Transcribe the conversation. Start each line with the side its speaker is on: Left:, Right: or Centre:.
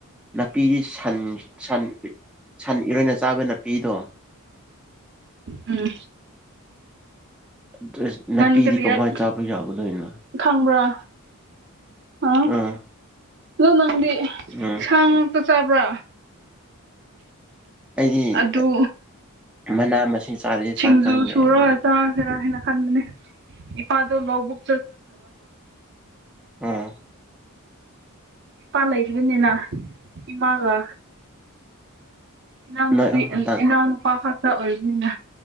Centre: ꯅꯥꯄꯤꯗꯤ ꯁꯟ ꯁꯟ ꯁꯟ ꯏꯔꯣꯏꯅ ꯆꯥꯕ ꯅꯥꯄꯤꯗꯣ
Right: ꯎꯝ
Centre: ꯗ꯭ꯔꯦꯁ ꯅꯥꯄꯤꯗꯤ
Right: ꯒꯟ ꯀꯔꯤꯌꯥꯠ
Centre: ꯀꯃꯥꯏ ꯆꯥꯕ ꯌꯥꯒꯗꯣꯏꯅꯣ
Right: ꯈꯪꯕ꯭ꯔꯥ ꯑ ꯑꯗꯣ
Centre: ꯑꯥ
Right: ꯅꯪꯗꯤ
Centre: ꯎꯝ
Right: ꯁꯥ ꯉꯥꯛꯇ ꯆꯥꯕ꯭ꯔꯥ
Centre: ꯑꯩꯗꯤ
Right: ꯑꯗꯨ
Centre: ꯃꯅꯥ ꯃꯁꯤꯡ ꯆꯥꯔꯗꯤ
Right: ꯁꯤꯡꯖꯨ
Centre: ꯆꯥꯛ ꯆꯪꯗꯦ
Right: ꯁꯨꯔꯒ
Centre: ꯑꯩꯗꯤ
Right: ꯆꯥꯁꯤꯔꯥ ꯍꯥꯏꯅ ꯈꯟꯕꯅꯦ ꯏꯄꯥꯗꯣ ꯂꯧꯕꯨꯛ
Centre: ꯎꯝ
Right: ꯏꯄꯥ ꯂꯩꯕꯅꯤꯅ ꯏꯃꯥꯒ ꯏꯅꯥꯎꯅꯨꯄꯤ
Centre: ꯅꯣꯏ ꯑꯍꯨꯝ ꯈꯛꯇꯪ
Right: ꯑ ꯏꯅꯥꯅꯨꯄꯥ ꯈꯛ ꯇ ꯑꯣꯏꯕꯅꯤꯅ